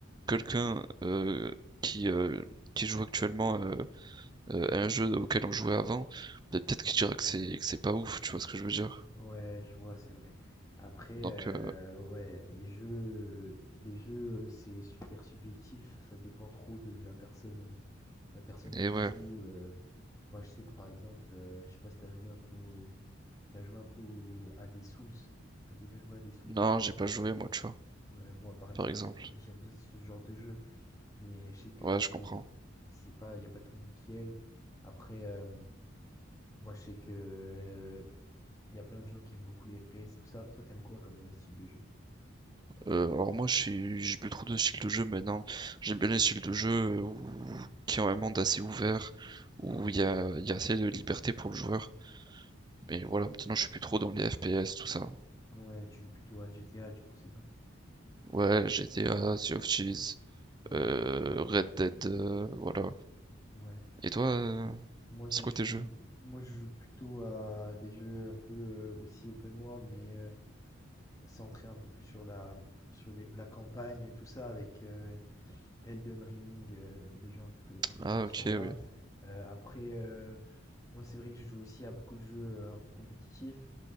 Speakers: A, on the right; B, on the left.
A: quelqu'un euh, qui, euh, qui joue actuellement euh, euh, à un jeu auquel on jouait avant, peut-être peut-être qu'il dira que c'est que c'est pas ouf, tu vois ce que je veux dire?
B: Ouais, je vois, c'est vrai. Après,
A: Donc,
B: heu,
A: euh,
B: ouais, les jeux les jeux, c'est super subjectif, ça dépend trop de la personne, la personne
A: et
B: qui
A: ouais.
B: joue, heu. Moi, je sais que, par exemple, heu, je sais pas si t'as joué un peu au T'as joué un peu au- à des Souls? T'as déjà joué à des Souls?
A: Non, j'ai pas joué, moi, tu vois,
B: Ouais, moi par exemple
A: par exemple.
B: j'aime j'aime bien ce genre de jeu, mais je sais que
A: Ouais,
B: c'est
A: je comprends.
B: c'est pas y a pas tout le monde qui aime. Après euh, moi je sais que il y a plein de gens qui aiment beaucoup les FPS tout ça. Toi t'aimes quoi comme euh, style de jeu?
A: Heu, alors moi je suis j'ai plus trop de style de jeu maintenant. J'aime bien les styles de jeu où qui ont un monde assez ouvert, où
B: Ok.
A: il y a il y a assez de liberté pour le joueur. Mais voilà, maintenant je suis plus trop dans les FPS, tout ça.
B: Ouais, tu joues plutôt à GTA du coup c'est ça?
A: Ouais, GTA, Sea of Thieves,
B: Ouais,
A: heu,
B: Red Dead.
A: Red Dead, heu, voilà.
B: Ouais.
A: Et toi, heu,
B: Moi je
A: c'est quoi
B: joue
A: tes jeux?
B: moi je joue plutôt à des jeux un peu euh, aussi open world mais euh, centré un peu plus sur la, hum, sur les- la campagne, tout ça, avec euh, Elden Ring, euh, des jeux un peu, que- un peu
A: Ah
B: dans
A: ok,
B: ce genre-là.
A: oui.
B: Euh, après, euh, moi, c'est vrai que je joue aussi à beaucoup de jeux euh, un peu compétitifs.